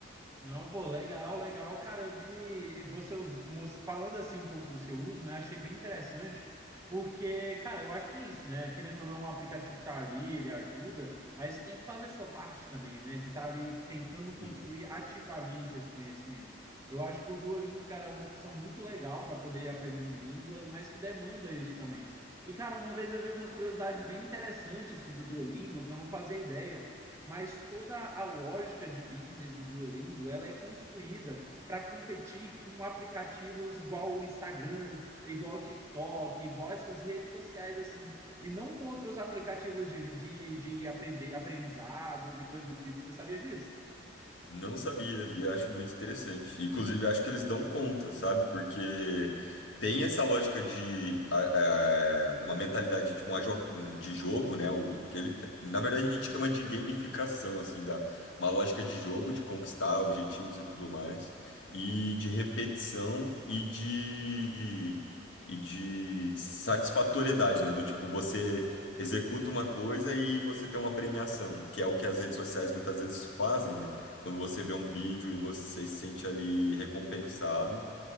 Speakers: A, on the right (about 15°); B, on the left (about 80°).
A: Não, pô, legal, legal. Cara, eu vi você us- mos- falando assim um pouco do seu uso, né? Achei bem interessante, porque, cara, eu acho que é isso, né? Querendo ou não, o aplicativo tá ali, ele ajuda, mas você tem que fazer a sua parte também, né? De estar ali tentando construir
B: Sim.
A: ativamente esse conhecimento. Eu acho que o Duolingo, cara, é uma opção muito legal para poder ir aprendendo línguas, mas que demanda isso também. E, cara, uma vez eu vi uma curiosidade bem interessante sobre o Duolingo, que eu não fazia ideia mas toda a lógica de business do Duolingo ela é construída para competir com aplicativos igual o Instagram, igual o TikTok, igual essas redes sociais assim, e não com outros aplicativos de, de, de aprender, aprendizados e coisas do tipo. Você sabia disso?
B: Não sabia, e acho muito interessante. Inclusive, acho que eles dão conta, sabe? Porque tem essa lógica de a- a- uma mentalidade tipo, uma jo- um- de jogo, né? O, que ele, na verdade, a gente chama de gamificação, assim, da, uma lógica de jogo, de conquistar objetivos e tudo mais, e de repetição e de, e de satisfatoriedade, né? Do tipo, você executa uma coisa e você tem uma premiação, que é o que as redes sociais muitas vezes fazem, né? quando você vê um vídeo e você se sente ali recompensado.